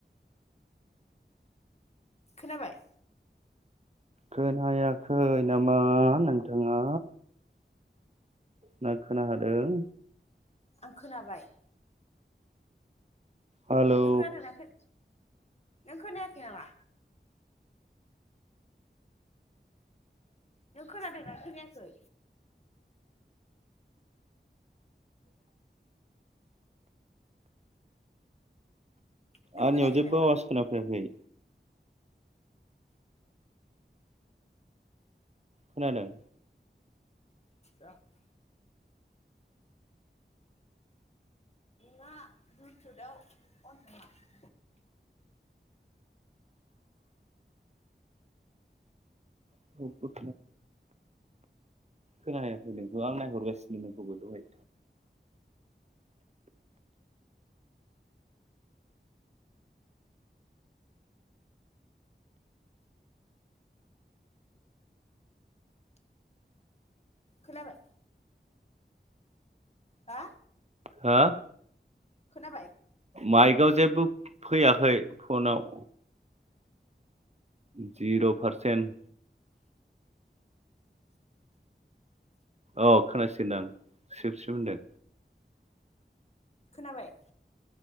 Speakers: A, on the left; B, on the right.
A: खोनाबाय?
B: खोनायाखै नामा नोंथाङा? ना खोनाहादों?
A: आं खोनाबाय।
B: हेलौ
A: नों खोनादोंना खो नों खोनायाखै नामा? नों खोनादोंना खोनायाखै? नों
B: आंनियाव
A: खोनायाखै
B: जेबो
A: नामा
B: आवाज खोनाफैयाखै। खोनादों?
A: <unintelligible> ना ब्लुथुत आव अन खोमा?
B: <unintelligible> खोनाहैयाखै नोंखौ आं नायहरगासिनो नोंखौबो दहाय।
A: खोनाबाय? हा
B: हो?
A: खोनाबाय?
B: माइकआव जेबो फैयाखै फनाव। जिर' पारसेन्ट‌ अ खोनसिगोनदां सिब सिब होनदों।
A: खोनाबाय?